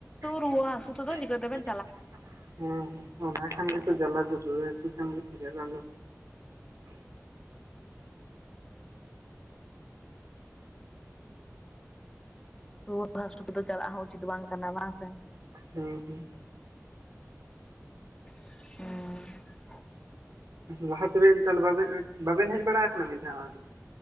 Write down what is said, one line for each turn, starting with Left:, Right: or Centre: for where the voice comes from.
Right: ᱠᱤᱱᱛᱩ
Left: ᱨᱩᱣᱟᱹ
Right: <unintelligible>
Left: ᱦᱟᱹᱥᱩ ᱛᱮᱫᱚ ᱪᱤᱠᱟᱹᱛᱮᱵᱮᱱ
Right: ᱪᱟᱞᱟᱜᱼᱟ᱾ ᱦᱩᱸ ᱦᱩᱸ᱾ ᱚᱱᱟ ᱠᱷᱟᱱ ᱜᱮᱛᱚ ᱡᱟᱞᱟ ᱫᱚ᱾ ᱨᱩᱭᱟᱹ ᱦᱟᱹᱥᱩ ᱠᱷᱟᱱ ᱜᱮᱛᱚ ᱡᱟᱞᱟ ᱫᱚ᱾
Left: ᱨᱩᱭᱟᱹ ᱦᱟᱥᱩ ᱛᱮᱫᱟ ᱪᱟᱞᱟᱜ ᱦᱚᱸ ᱩᱪᱤᱛ ᱵᱟᱝ ᱠᱟᱱᱟ, ᱵᱟᱝ ᱥᱮ?
Right: ᱦᱩᱸ ᱦᱩᱸ᱾
Left: <inaudible>
Right: ᱞᱟᱦᱟ ᱛᱚᱵᱮ ᱮᱠᱟᱞ ᱵᱟᱵᱮ ᱮᱸᱜ ᱵᱟᱵᱮᱱ ᱦᱮᱡ ᱵᱟᱲᱟ ᱟᱠᱟᱱᱟ ᱢᱤᱫ ᱫᱷᱟᱣ ᱦᱚᱸ?